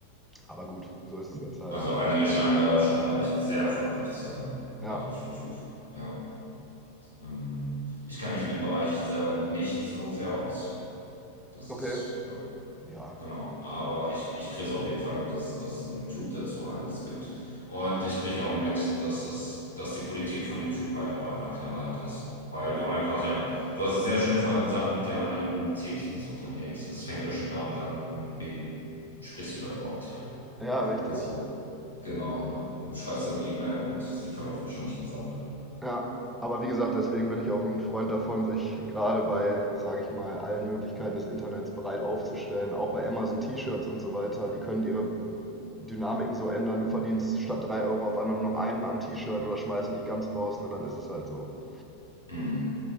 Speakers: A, in the centre; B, on the left (about 80°).
A: Aber gut, so ist es jetzt halt.
B: Also einige scheinen da, scheinen da echt sehr erfolgreich zu sein,
A: Ja,
B: gerade auf YouTube. Ja. Ähm, ich kenne mich in dem Bereich selber nicht so sehr aus. Das
A: okay.
B: ist, ja.
A: Ja.
B: Genau, aber ich, ich kriege es auf jeden Fall mit, dass dass YouTube dazu einiges gibt. Und ich kriege auch mit, dass das, dass die Politik von YouTube halt auch einfach knallhart ist. Weil
A: Ja,
B: du einfach, ja, du hast es sehr schön vorhin gesagt mit der Anonymität des Unternehmens. Es fängt ja schon damit an, mit wem sprichst du da überhaupt? Ja.
A: ja, richtig.
B: Also, genau, ne? Und du schreibst dann eine E-Mail und sie verläuft wahrscheinlich im Sande.
A: Ja. Aber wie gesagt, deswegen bin ich auch ein Freund davon, sich gerade bei, sage ich mal, allen Möglichkeiten des Internets bereit aufzustellen. Auch bei Amazon T-Shirts und so weiter. Die können ihre Dynamiken so ändern. Du verdienst statt 3 Euro auf einmal nur noch einen am T-Shirt oder schmeißen dich ganz raus. Nur dann ist es halt so.
B: Mhm.